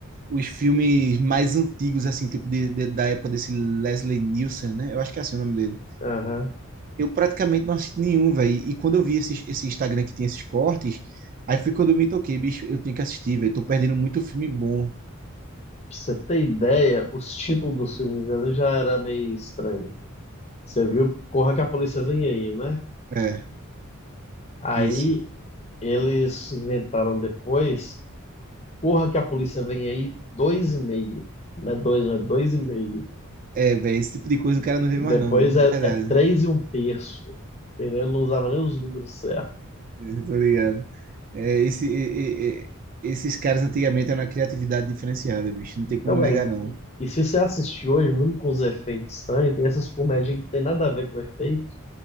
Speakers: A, on the right; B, on the left.
A: os filmes mais antigos, assim, tipo de, de- da época desse Leslie Nielsen, né? Eu acho que é assim o nome dele.
B: Aham.
A: Eu praticamente não assisti nenhum, velho. E quando eu vi esse, esse Instagram que tem esses cortes, aí foi quando eu me toquei, bicho, eu tenho que assistir, velho. Tô perdendo muito filme bom.
B: Pra você ter ideia, os títulos dos filmes dele já era meio estranho. Você viu Corra que a Polícia Vem Aí, né?
A: É,
B: Aí
A: isso.
B: eles inventaram depois Corra que a Polícia Vem Aí dois e meio. Não é dois, não é dois e meio.
A: É, velho, esse tipo de coisa o cara não vê
B: Depois
A: mais, não.
B: é,
A: É Verdade.
B: é três e um terço. Entendeu? Ele não usava nem os números certos.
A: É, Tô ligado. É, esse, e- e- e- esses caras antigamente eram uma criatividade diferenciada, bicho. Não
B: Então,
A: tem como
B: cara,
A: negar, não.
B: e, e se você assistir hoje, mesmo com os efeitos estranhos, tem essas comédias que não tem nada a ver com o efeito,